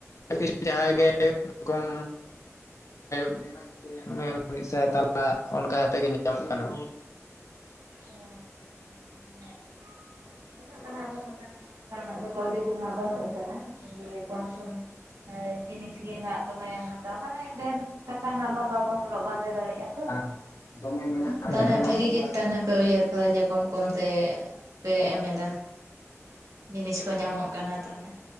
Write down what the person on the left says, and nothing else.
ᱠᱤᱪᱷ ᱡᱟᱦᱟᱸᱭ ᱜᱮ ᱠᱚᱢ <unintelligible> ᱢᱤᱫ ᱥᱟᱭ ᱛᱟᱞᱟ ᱚᱱᱠᱟ ᱠᱟᱛᱮᱫ ᱜᱮ ᱧᱟᱢᱚᱜ ᱠᱟᱱᱟ᱾
<unintelligible> ᱢᱮᱱᱟᱜᱼᱟ